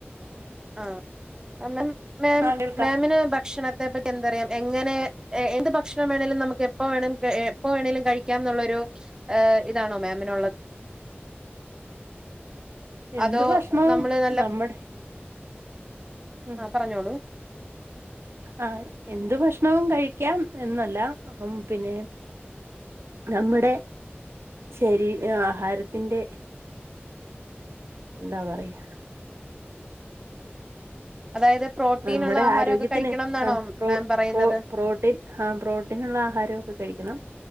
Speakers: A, on the right; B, on the right.
A: ആ മാം
B: ആ കേൾക്കാം
A: മേംന് ഭക്ഷണത്തെ പറ്റി എന്താറയാ എങ്ങനെ എന്ത് ഭക്ഷണമേനെങ്കിലും നമുക്കെപ്പോ വേണങ്കിലും എപ്പോ വേണേലും കഴിക്കാം ന്നുള്ളൊരു ഇതാണോ മേം
B: എന്ത്
A: അതോ
B: ഭക്ഷണവും
A: നമ്മള് നല്ല
B: നമ്മുടെ ഉം
A: ആ പറഞ്ഞോളൂ
B: ആ എന്ത് ഭക്ഷണവും കഴിക്കാം എന്നല്ല ഉം പിന്നെ നമ്മുടെ ശരീ ആഹാരത്തിന്റെ എന്താ പറയാ
A: അതായത് പ്രോട്ടീൻ
B: നമ്മടെ
A: ഉള്ള ആഹാരമൊക്കെ
B: ആരോഗ്യത്തിന്
A: കഴിക്കണം എന്നാണോ
B: ആ പ്രൊ
A: മാം പറയുന്നത്
B: പ്രൊ പ്രോട്ടീൻ ആ പ്രോട്ടീന്ള്ള ആഹാരൊ കഴിക്കണം